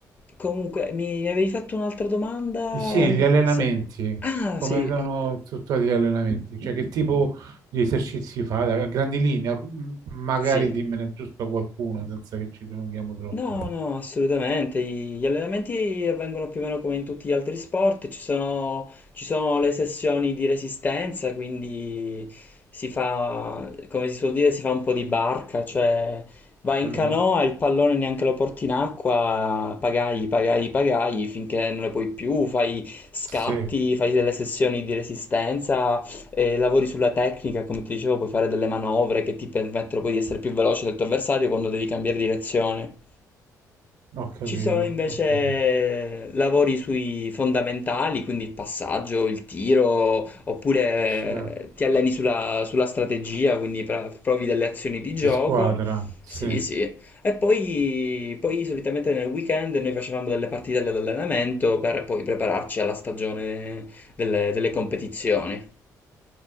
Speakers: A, on the left; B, on the right.
A: Comunque, mi avevi fatto un'altra domanda?
B: Eh Sì,
A: N-
B: gli allenamenti,
A: se- Ah,
B: come
A: sì,
B: sono strutturati gli allenamenti? Cioè che tipo di esercizi fa? A grandi linee, alc- m- magari
A: sì.
B: dimmene giusto qualcuno senza che ci dilunghiamo troppo.
A: No, no, assolutamente. I- Gli allenamenti avvengono più o meno come in tutti gli altri sport. Ci sono, ci sono le sessioni di resistenza, quindi si fa, come si suol dire, si fa un po' di barca, cioè vai
B: Mhm.
A: in canoa, il pallone neanche lo porti in acqua, pagai, pagai, pagai finché non ne puoi più, fai scatti,
B: Sì,
A: fai delle sessioni di resistenza eh, lavori sulla tecnica, come ti dicevo, puoi fare delle manovre che ti permettono poi di essere più veloce del tuo avversario quando devi cambiare direzione.
B: ho capito,
A: Ci sono invece
B: ho capito.
A: lavori sui fondamentali, quindi il passaggio, il tiro, oppure
B: Certo.
A: eh, ti alleni sulla, sulla strategia, quindi pra- provi delle azioni di gioco.
B: Di squadra, sì.
A: Sì,
B: Ho
A: sì. E poi, poi solitamente nel weekend noi facevamo delle partite all'allenamento per poi prepararci alla stagione delle delle competizioni.